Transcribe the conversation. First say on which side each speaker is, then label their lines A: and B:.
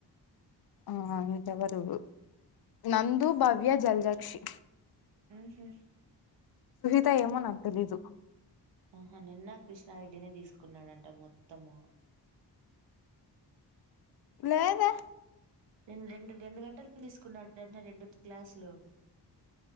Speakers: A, on the left; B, on the right.
A: ఆ మిగ్త ఎవరు నందు, భవ్య, జల్జాక్షి
B: ఉహు
A: అంతా ఏమో నాకు తెలిదు
B: ఆహా నిన్న కృష్ణారెడ్డి నే, తీసుకున్నాడంట మొత్తము.
A: లేదే
B: రెం రెండు రెండు గంటలు తీసుకున్నాడుంట రెండు క్లాసులు